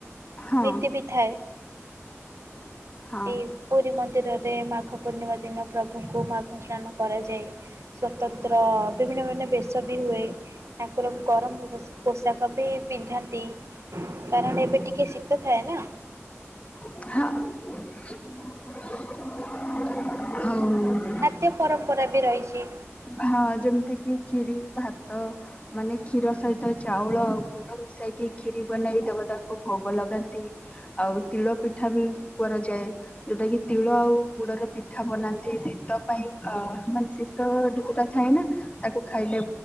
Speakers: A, on the left; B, on the right.
A: ହଁ
B: ନୀତି ବି ଥାଏ।
A: ହଁ
B: ଏମତି ପୁରୀ ମନ୍ଦିରରେ ମାଘ ପୂର୍ଣ୍ଣିମା ଦିନ ପ୍ରଭୁଙ୍କୁ ମାଘ ସ୍ନାନ କରାଯାଏ, ସ୍ଵତନ୍ତ୍ର ବିଭିନ୍ନ ବିଭିନ୍ନ ବେଶ ବି ହୁଏ। ଠାକୁରଙ୍କୁ ଗରମ ପୋଷାକ ବି ପିନ୍ଧାନ୍ତି କାରଣ ଏବେ ଟିକେ ଶୀତ ଥାଏ ନା।
A: ହଁ, ହଉ।
B: ଖାଦ୍ୟ ପରମ୍ପରା ବି ରହିଛି।
A: ହଁ, ଯେମିତି କିି ଖିରି, ଭାତ। ମାନେ କ୍ଷୀର ସହିତ ଚାଉଳ ଆଉ ଗୁଡ ମିଶାଇକି କ୍ଷିରି ବନେଇ ଦେବତାଙ୍କୁ ଭୋଗ ଲଗାନ୍ତି। ଆଉ ତିଳ ପିଠା ବି କରାଯାଏ। ଯୋଉଟା କିି ତିଳ ଆଉ ଗୁଡର ପିଠା ବନାନ୍ତି ଶୀତ ପାଇଁ ଅ ମାନେ ଶୀତ ଥାଏ ନା ତାକୁ ଖାଇଲେ